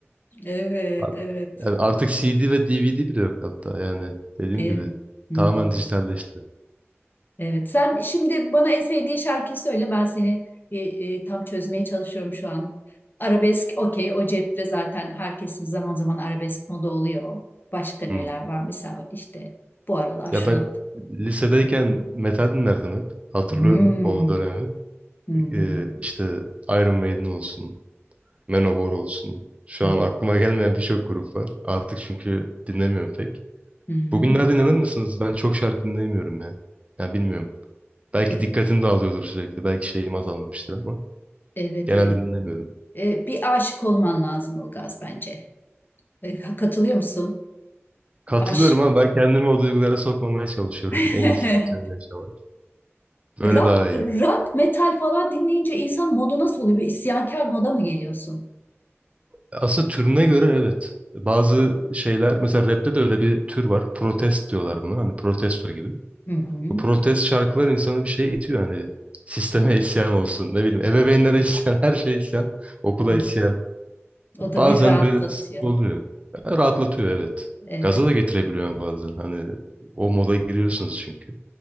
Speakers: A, on the left; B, on the right.
A: Evet,
B: <laughs>
A: evet.
B: Yani artık CD ve DVD bile yok hatta yani dediğim
A: Değil
B: gibi
A: mi? Hmm.
B: tamamen dijitalleşti.
A: Evet, sen şimdi bana en sevdiğin şarkıyı söyle. Ben seni bir e, tam çözmeye çalışıyorum şu an. Arabesk, okey. O cepte zaten herkesin zaman zaman arabesk moda oluyor. Başka neler
B: Hı hı.
A: var? Mesela işte bu aralar
B: Ya
A: şuna...
B: ben lisedeyken metal dinlerdim hep. Hatırlıyorum
A: Hmm.
B: o dönemi.
A: Hı hı.
B: Ee, işte Iron Maiden olsun, Manowar olsun. Şu
A: Hı
B: an aklıma gelmeyen birçok grup var. Artık çünkü dinlemiyorum pek.
A: hı.
B: Bugünlerde inanır mısınız? Ben çok şarkı dinleyemiyorum ya. Ya bilmiyorum. Belki
A: E,
B: dikkatim dağılıyordur sürekli. Belki şeyim azalmıştır ama
A: Evet,
B: genelde
A: evet.
B: dinlemiyorum.
A: E, bir aşık olman lazım Ilgaz bence. E, katılıyor musun?
B: Katılıyorum
A: Aş.
B: ama ben kendimi o duygulara sokmamaya çalışıyorum.
A: <laughs>
B: En iyisi bence öyle yaşamak. Öyle
A: Rock,
B: daha iyi.
A: rock, metal falan dinleyince insan modu nasıl oluyor? Bir isyankar moda mı geliyorsun?
B: Aslında türüne göre evet. Bazı şeyler mesela rapte de öyle bir tür var. Protest diyorlar buna. Hani protesto gibi.
A: Hı hı.
B: Bu protest şarkılar insanı bir şeye itiyor. Hani sisteme isyan olsun. Ne bileyim ebeveynlere isyan. <laughs> Her şeye isyan. Okula
A: Hı.
B: isyan.
A: O
B: Bazen
A: da bir rahatlatıyor.
B: böyle sıkıntı oluyor. Ya, Rahatlatıyor evet.
A: Evet,
B: Gaza da getirebiliyor bazen. Hani o moda giriyorsunuz çünkü.